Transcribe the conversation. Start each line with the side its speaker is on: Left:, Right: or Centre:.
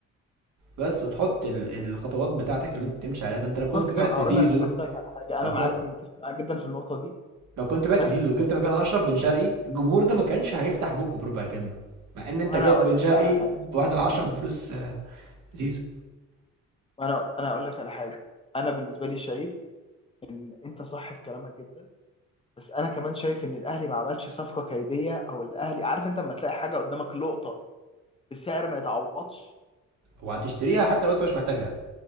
Right: بس وتحط ال- الخطوات بتاعتك اللي انت تمشي عليها ده انت لو كنت
Left: بص
Right: بعت
Left: هقول
Right: زيزو
Left: لك هقول لك على حاجه
Right: لو
Left: انا
Right: كنت
Left: معاك متفق معاك جدا في النقطه دي
Right: لو كنت بعت
Left: بس
Right: زيزو وجبت مكانه اشرف بن شرقي الجمهور ده ما كانش هيفتح بقه بربع كلمة مع ان انت
Left: وانا
Right: جايب
Left: هقول
Right: بن
Left: لك
Right: شرقي
Left: بقى على حاجه
Right: بواحد على عشرة من فلوس آه، زيزو
Left: انا انا اقول لك على حاجه انا بالنسبه لي شايف ان انت صح في كلامك جدا بس انا كمان شايف ان الاهلي ما عملش صفقه كيديه او الاهلي عارف انت لما تلاقي حاجه قدامك لقطه بسعر ما يتعوضش
Right: وهتشتريها حتى لو انت مش محتاجها